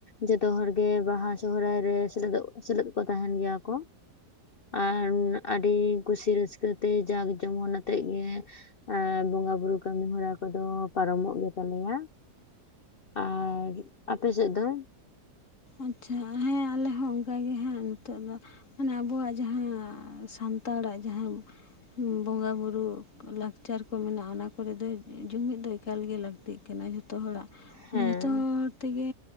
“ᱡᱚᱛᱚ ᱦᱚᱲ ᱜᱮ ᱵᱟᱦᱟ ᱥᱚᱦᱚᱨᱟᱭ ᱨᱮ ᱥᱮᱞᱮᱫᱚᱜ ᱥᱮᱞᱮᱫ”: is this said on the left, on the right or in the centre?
Left